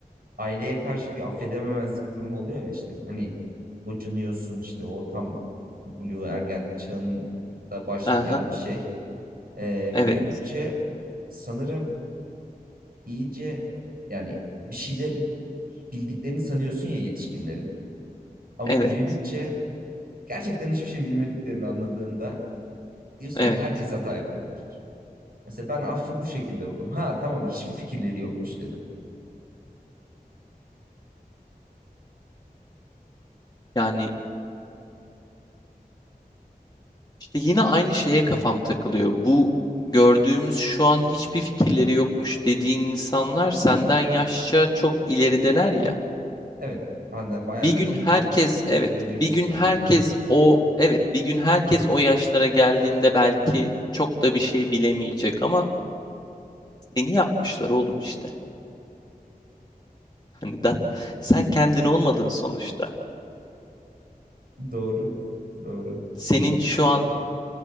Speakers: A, on the right; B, on the left.
A: aileye karşı bir affedememezlik durumu oluyor ya işte hani gocunuyorsun işte o tam blue ergen çağının da başlayan
B: Aha,
A: bir şey. E,
B: evet,
A: büyüdükçe sanırım iyice yani bir şeyler bildiklerini sanıyorsun ya yetişkinlerin. Ama
B: evet,
A: büyüdükçe gerçekten hiçbir şey bilmediklerini anladığında diyorsun
B: evet.
A: ki herkes hata yapabilir. Mesela ben affı bu şekilde buldum. Ha tamam hiçbir fikirleri yokmuş dedim.
B: Yani işte yine aynı şeye kafam takılıyor. Bu gördüğümüz şu an hiçbir fikirleri yokmuş dediğin insanlar senden yaşça çok ilerideler ya.
A: Evet. Benden bayağı
B: Bir
A: bir
B: gün
A: kırk
B: herkes
A: yıl
B: evet,
A: tecrübesi
B: bir gün
A: var
B: herkes
A: neredeyse.
B: o evet, bir gün herkes o yaşlara geldiğinde belki çok da bir şey bilemeyecek ama taklidini yapmışlar oğlum işte. Hani da, sen kendin olmadın sonuçta.
A: <laughs> Doğru. Doğru.
B: Senin şu an